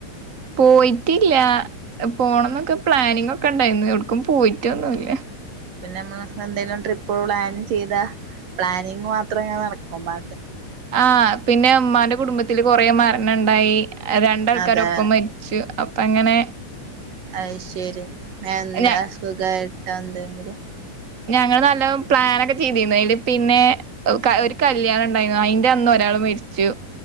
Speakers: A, on the right (about 25°); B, on the right (about 80°).
A: പോയിട്ടില്ല പോണം ന്നൊക്കെ പ്ലാനിങ് ഒക്കെ ഇണ്ടായ്ന്നു. എവ്ട്ക്കും പോയിട്ടൊന്നുംല്ല.
B: പിന്നെ മ്മള് എന്തെങ്കിലും ട്രിപ്പ് പ്ലാൻ ചെയ്ത പ്ലാനിങ് മാത്രം ങ്ങ നടക്കും. ബാ
A: ആഹ് പിന്നെ ഉമ്മനു കുടുംബത്തില് കൊറെ മരണം ഉണ്ടായി രണ്ടാൾക്കാര
B: അതെ
A: ഒപ്പം മരിച്ചു അങ്ങനെ
B: അയ് ശരി എന്താ
A: ഞ
B: സുഖ <unintelligible>
A: ഞങ്ങള് നല്ല പ്ലാനൻക്കെ ചെയ്തിന്നു അതില് പിന്നെ ഒരു കല്യാണം ഉണ്ടായിനു അയിന്റെ അന്ന് ഒരാള് മരിച്ചു